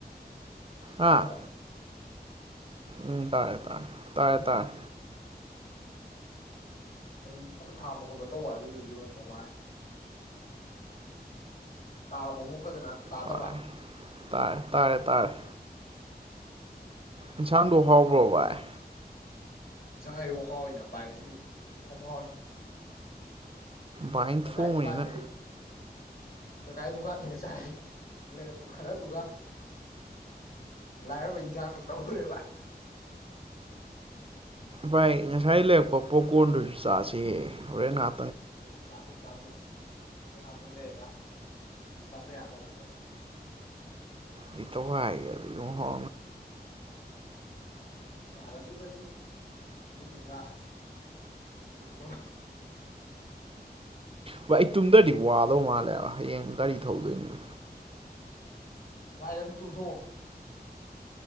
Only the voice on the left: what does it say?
ꯇꯥꯔꯕꯣ
ꯑꯩ ꯈꯨꯠ ꯍꯥꯝꯕ ꯈꯣꯠꯄ ꯇꯧꯕ ꯑꯗꯨꯏꯗꯨꯒꯤ ꯑꯣꯏꯔꯝꯗꯨ ꯃꯥꯟꯂꯦ ꯇꯥꯔꯕ ꯑꯃꯛ ꯐꯖꯅ ꯇꯥꯗꯕ꯭ꯔꯥ
ꯁꯉ ꯌꯦ ꯍꯥꯎꯋꯤꯗ ꯕꯥꯏꯁꯤꯗꯤ ꯌꯦ ꯍꯥꯎꯋꯦ
ꯀꯀꯥꯒꯤ
ꯗꯨꯀꯥꯟꯗꯩ ꯀꯀꯥꯒꯤ ꯗꯨꯀꯥꯟꯗꯒꯤ ꯆꯥꯏ ꯂꯩꯔꯛꯄ ꯈꯔꯗꯨꯒ ꯂꯥꯏꯔꯕ ꯏꯟꯁꯥꯡꯗꯨ ꯇꯧꯈꯔꯦ ꯕꯥꯏ
ꯑꯦ ꯆꯥ ꯑꯗꯨꯝ ꯆ ꯅꯪꯅꯥꯛ ꯑꯗꯨ ꯂꯩꯔ ꯑꯗꯨ ꯆꯥꯗ ꯌꯥꯗꯕ ꯄꯣꯠ
ꯑꯗꯨꯁꯨ ꯆꯥꯒꯗꯕꯅꯤ ꯑꯗꯨꯗꯨꯒ ꯇꯁꯨ ꯇꯨꯃꯔꯣꯏ
ꯚꯥꯏ ꯅꯪ ꯇꯨꯝꯊꯣꯛꯑꯣ